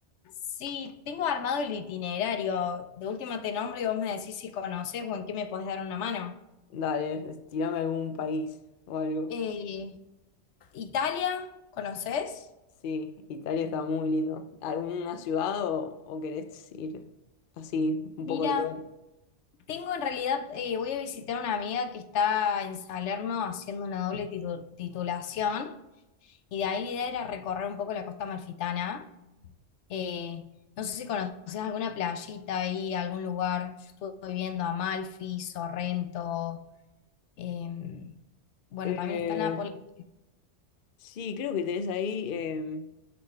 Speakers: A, on the left (about 80°); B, on the left (about 55°).
A: Sí, tengo armado el itinerario. De última te nombro y vos me decís si conoces o en qué me podés dar una mano.
B: Dale, es- tirame algún país o algo.
A: Eh, Italia, ¿conoces?
B: Sí, Italia está muy lindo. ¿Alguna ciudad o, o querés ir así, un
A: Mira.
B: poco de todo?
A: Tengo en realidad, eh, voy a visitar a una amiga que está en Salerno haciendo una doble titu- titulación y de ahí la idea era recorrer un poco la costa amalfitana. Eh, no sé si conoces alguna playita ahí, algún lugar. Yo estuve viendo Amalfi, Sorrento, eh, bueno,
B: Eh,
A: también está Nápoles,
B: sí, creo que tenés ahí em,